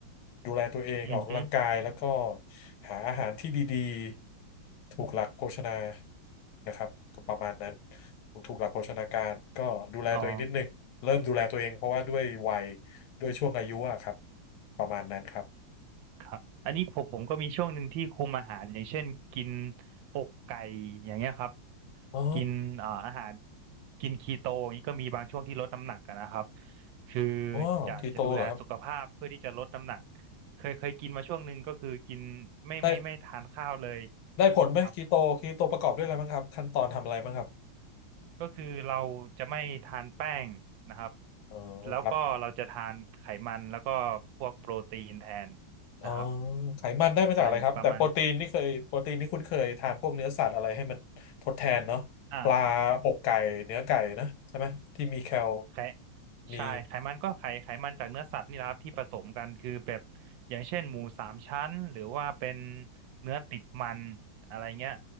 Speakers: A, on the left (about 85°); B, on the right (about 75°).
A: ดูแลตัวเองออกกำลังกายแล้วก็
B: อือฮึ
A: หาอาหารที่ดีๆถูกหลักโภชนานะครับก็ประมาณนั้นถูกหลักโภชนาการก็ดูแลตัวเองนิดนึง
B: อ๋อ
A: เริ่มดูแลตัวเองเพราะว่าด้วยวัยด้วยช่วงอายุอะครับประมาณนั้นครับ
B: ครับอันนี้ผมผมก็มีช่วงหนึ่งที่คุมอาหารอย่างเช่นกินอกไก่อย่างเงี้ยครับ
A: อ๋อ
B: กินเอ่ออาหารกินคีโตอย่างนี้ก็มีบางช่วงที่ลดน้ำหนักอะนะครับคือ
A: อ๋อคีโตเหรอครับ
B: อยากจะดูแลสุขภาพเพื่อที่จะลดน้ำหนักเคยเคยกินมาช่วงหนึ่งก็คือกินไม่ไม่ไม่ทานข้าวเลย
A: ได้ได้ผลไหมคีโตคีโตประกอบด้วยอะไรบ้างครับขั้นตอนทำอะไรบ้างครับ
B: ครับก็คือเราจะไม่ทานแป้งนะครับ
A: อ๋อครับ
B: แล้วก็เราจะทานไขมันแล้วก็พวกโปรตีนแทน
A: อ๋อ
B: นะครับ
A: ไขมันได้มาจากอะไรครับแต่โปรตีนนี่เคยโปรตีนนี่คุ้นเคยทานพวกเนื้อสัตว์อะไรให้มันทดแทนเนาะปลาอกไก่เนื้อไก่นะใช่ไหมที่มีแคล
B: อะไรประมาณอ่า ไข
A: มี
B: ใช่ไขมันก็ไขไขมันจากเนื้อสัตว์นี่แหละครับที่ผสมกันคือแบบอย่างเช่นหมูสามชั้นหรือว่าเป็นเนื้อติดมันอะไรเงี้ย